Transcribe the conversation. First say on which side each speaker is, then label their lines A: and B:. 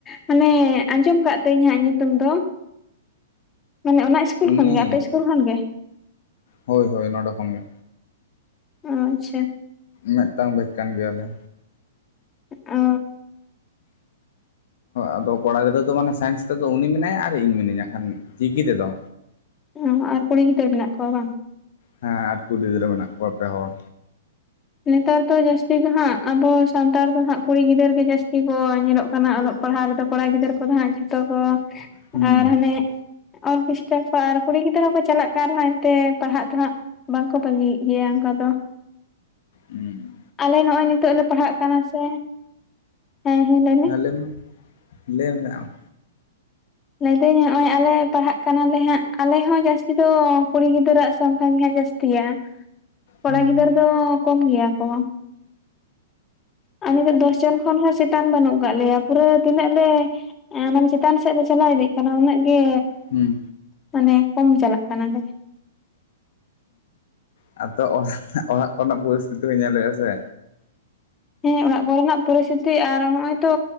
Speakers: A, on the left (about 20°); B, on the left (about 60°).
A: ᱢᱟᱱᱮ ᱟᱡᱚᱢ ᱠᱟᱜ ᱛᱤᱭᱟᱹᱧ ᱦᱟᱸᱜ ᱧᱩᱛᱩᱢ ᱫᱚ᱾ ᱢᱟᱱᱮ ᱚᱱᱟ ᱤᱥᱠᱩᱞ
B: ᱩᱱᱤ
A: ᱠᱷᱚᱱᱜᱮ ᱟᱯᱮ ᱤᱥᱠᱩᱞ ᱠᱷᱚᱱᱜᱮ?
B: ᱦᱳᱭ ᱦᱳᱭ ᱱᱚᱰᱮ ᱠᱷᱚᱱ ᱜᱮ᱾
A: ᱟᱪᱪᱷᱟ
B: ᱢᱤᱫᱴᱟᱝ ᱵᱮᱪ ᱠᱟᱱ ᱜᱮᱭᱟᱞᱮ᱾
A: ᱚ
B: ᱟᱫᱚ ᱠᱚᱲᱟ ᱜᱤᱫᱽᱨᱟᱹ ᱫᱚ ᱢᱟᱱᱮ ᱥᱟᱭᱮᱱᱥ ᱛᱮᱫᱚ ᱩᱱᱤ ᱢᱮᱱᱟᱭᱟ ᱟᱨ ᱤᱧ ᱢᱤᱱᱟᱹᱧᱟ ᱠᱷᱟᱱ ᱪᱤᱠᱤ ᱛᱮᱫᱚ᱾
A: ᱚ ᱟᱨ ᱠᱩᱲᱤ ᱜᱤᱫᱟᱹᱨ ᱢᱮᱱᱟᱜ ᱠᱚᱣᱟ ᱵᱟᱝ?
B: ᱦᱮᱸ ᱟᱨ ᱠᱩᱬᱤ ᱜᱤᱫᱽᱨᱟᱹ ᱢᱮᱱᱟᱜ ᱠᱚᱣᱟ ᱯᱮ ᱦᱚᱲ᱾
A: ᱱᱮᱛᱟᱨ ᱫᱚ ᱡᱟᱥᱛᱤ ᱫᱚ ᱦᱟᱸᱜ ᱟᱵᱚ ᱥᱟᱱᱛᱟᱲ ᱫᱚ ᱦᱟᱸᱜ ᱠᱩᱲᱤ ᱜᱤᱫᱟᱹᱨ ᱜᱮ ᱡᱟᱥᱛᱤᱼᱼ ᱜᱮ ᱠᱚ ᱧᱮᱞᱚᱜ ᱠᱟᱱᱟ ᱚᱞᱚᱜ ᱯᱟᱲᱦᱟᱜ ᱨᱮᱫᱚ ᱠᱚᱲᱟ ᱜᱤᱫᱟᱹᱨ ᱠᱚᱫᱚ ᱦᱟᱸᱜ ᱡᱷᱚᱛᱚ ᱠᱚᱼᱼ
B: ᱦᱩᱸ
A: ᱟᱨ ᱦᱟᱱᱮ ᱚᱨᱠᱮᱥᱴᱟᱨ ᱠᱚ ᱟᱨ ᱠᱩᱲᱤ ᱜᱤᱫᱽᱨᱟᱹ ᱦᱚᱸᱠᱚ ᱪᱟᱞᱟᱜ ᱠᱟᱱ ᱨᱮᱦᱚᱸ ᱮᱱᱛᱮ ᱯᱟᱲᱦᱟᱜ ᱫᱚᱦᱟᱸᱜᱼᱼ ᱵᱟᱝᱠᱚ ᱵᱟᱜᱤᱭᱮᱫ ᱜᱮᱭᱟ ᱚᱱᱠᱟ ᱫᱚ
B: ᱦᱮᱸ
A: ᱟᱞᱮ ᱱᱚᱜᱼᱚᱭ ᱱᱤᱛᱚᱜ ᱞᱮ ᱯᱟᱲᱦᱟᱜ ᱠᱟᱱᱟ ᱥᱮ ᱦᱮᱸ ᱦᱮᱸ ᱞᱮᱭ ᱵᱤᱱ
B: ᱦᱮᱸ ᱞᱟᱹᱭ ᱢᱮ ᱞᱟᱹᱭ ᱢᱮ ᱟᱢ
A: ᱞᱟᱹᱭ ᱫᱤᱧ ᱱᱚᱜᱼᱚᱭ ᱟᱞᱮ ᱯᱟᱲᱦᱟᱜ ᱠᱟᱱᱟᱞᱮ ᱦᱟᱸᱜ ᱟᱞᱮ ᱦᱚᱸ ᱡᱟᱹᱥᱛᱤ ᱫᱚ ᱠᱩᱲᱤ ᱜᱤᱫᱽᱨᱟᱹᱣᱟᱜ ᱥᱚᱝᱠᱷᱟ ᱜᱮᱦᱜ ᱡᱟᱹᱥᱛᱤᱭᱟ ᱠᱚᱲᱟ
B: ᱦᱩᱸ
A: ᱜᱤᱫᱟᱹᱨ ᱫᱚ ᱠᱚᱢ ᱜᱮᱭᱟ ᱠᱚ ᱟᱨ ᱱᱤᱛᱳ ᱫᱚᱥ ᱡᱚᱱ ᱠᱷᱚᱱ ᱦᱚᱸ ᱪᱮᱛᱟᱱ ᱵᱟᱹᱱᱩᱜ ᱠᱫ ᱞᱮᱭᱟ ᱯᱩᱨᱟᱹ ᱛᱤᱱᱟᱹᱜ ᱞᱮ ᱮ ᱢᱟᱱᱮ ᱪᱮᱛᱟᱱ ᱥᱮᱫ ᱞᱮ ᱪᱟᱞᱟᱣ ᱤᱫᱤᱜ ᱠᱟᱱᱟ ᱩᱱᱟᱹᱜ ᱜᱮ
B: ᱦᱩᱸ
A: ᱢᱟᱱᱮ ᱠᱚᱢ ᱪᱟᱞᱟᱜ ᱠᱟᱱᱟ ᱞᱮ
B: ᱦ ᱟᱫᱚ ᱚᱲᱟᱜ ᱚᱲᱟᱜ ᱠᱚᱨᱮᱱᱟᱜ ᱯᱚᱨᱤᱥᱛᱷᱤᱛᱤ ᱦᱚᱸ ᱧᱮᱞᱮᱫᱼᱟ ᱥᱮ
A: ᱦᱮᱸ ᱚᱲᱟᱜ ᱠᱚᱨᱮᱱᱟᱜ ᱯᱚᱨᱤᱥᱛᱷᱤᱛᱤ ᱟᱨ ᱱᱚᱜ ᱚᱭ ᱛᱚ